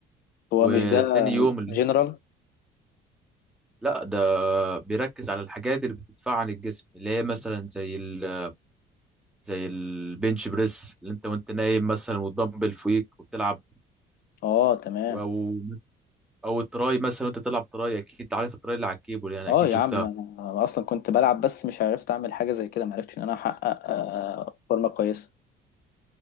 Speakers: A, on the left; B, in the centre.
A: هو
B: وتاني
A: مش ده
B: يوم اللي
A: جنرال
B: هو لا ده بيركز على الحاجات اللي بتدفع عن الجسم اللي هي مثلا زي ال زي البنش بريس اللي أنت وأنت نايم مثلا والدمبل فوقيك وبتلعب
A: اه تمام
B: أو أو التراي مثلا وأنت تلعب تراي أكيد عارف التراي اللي على الكيبل يعني
A: اه
B: أكيد
A: يا
B: شفتها
A: عم انا أنا اصلا كنت بلعب بس مش عرفت اعمل حاجه زي كده ما عرفتش ان انا احقق آه، فورمه كويسه